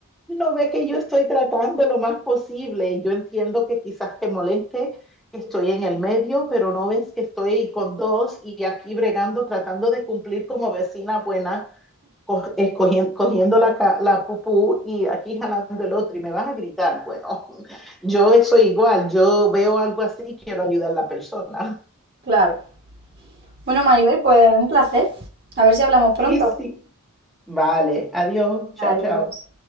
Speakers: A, in the centre; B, on the right.
A: no ve que yo estoy tratando lo más posible, yo entiendo que quizás te moleste, que estoy en el medio, pero no ves que estoy con dos y aquí bregando, tratando de cumplir como vecina buena, co- escogi- cogiendo la, ca- la pupú y aquí jalando el otro y me vas a gritar. Bueno, <laughs> yo soy igual, yo veo algo así, quiero ayudar a la persona.
B: claro. Bueno, Maribel, pues un placer. A ver si hablamos pronto.
A: Sí, sí. Vale, adiós, chao,
B: Adiós.
A: chao.